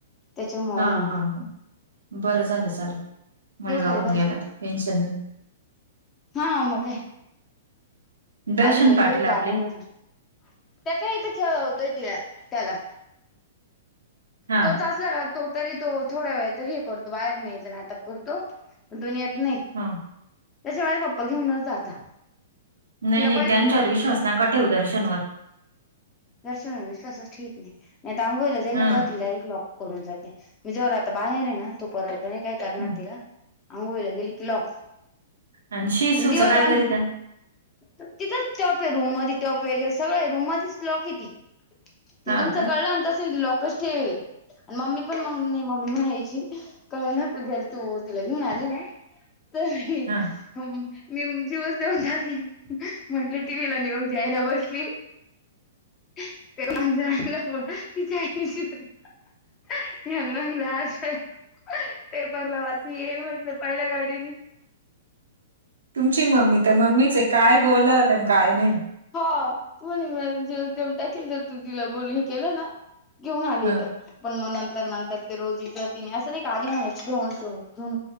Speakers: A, on the left; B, on the right.
A: त्याच्यामुळे
B: हां
A: मग
B: हां हां बरं झालं चालं मुलगाहून
A: देऊ का रे भाजी
B: गेला टेन्शन नाही
A: हा मग काय
B: दर्शन
A: आधी मुलगी
B: पाटील
A: होती
B: आपले
A: आता मुलगा त्याच्या इथे खेळ होते त्या त्याला,
B: हा
A: तोच
B: का
A: असला ना तो तरी तो थोडा वेळ तरी हे करतो, बाहेर न्यायचं नाटक करतो. पण तो नेत न्हाय.
B: हा.
A: त्याचे आई पप्पा घेऊनच जाता.
B: नाही
A: तिला
B: नाही त्यांच्यावर विश्वास नका ठेऊ दर्शनवर.
A: दर्शनवर विश्वासच ठेवत नाही. मी आता अंघोळीला जाईल
B: हा
A: तवा तिला एक लॉक. करून जाते मी जोवर आता बाहेर एना तोपर्यंत नाही काय करणार
B: हं
A: तिला अंघोळीला गेली की लॉक.
B: आणि शिसूच
A: देव
B: काय
A: जाण
B: करीता?
A: तिथंच टप ए रूम मदि टप वगैरे सगळं आहे रूम मध्येच लॉक ए ती ते
B: हा
A: तुमचं
B: का?
A: कळलन तस एक लॉकच ठेवेले आणि मम्मी पण मग मम्मी म्हणायची कळ ना जर तू तिला घेऊन आली नाइ... तर ही
B: हा.
A: हो मी जीवस देऊन टाकला, म्हंटले टीव्हीला निेऊज घ्यायला बसली. <unintelligible> <unintelligible> पेपरला वा ची येईल म्हटलं पहिल्या गाडीनी
B: तुमची मम्मी तर मम्मीच ए काय बोलल काय नही
A: हो <unintelligible> जीवच देऊन टाकेल ना, तु तिला बोलीव केलं ना? घेऊन आले
B: हं
A: तर, पण मग नंतर नंतर ते रोजीच तिने असं नाही आलीच म्हणायची घेऊन सून घेऊन